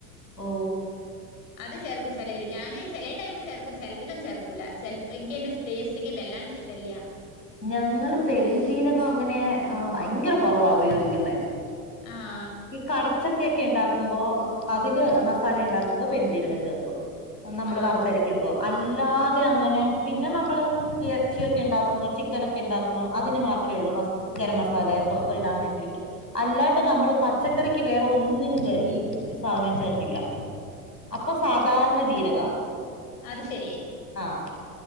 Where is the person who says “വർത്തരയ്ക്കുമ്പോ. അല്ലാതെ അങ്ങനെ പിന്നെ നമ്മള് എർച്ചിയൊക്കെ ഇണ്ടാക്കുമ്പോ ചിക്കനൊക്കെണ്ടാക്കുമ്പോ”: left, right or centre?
Left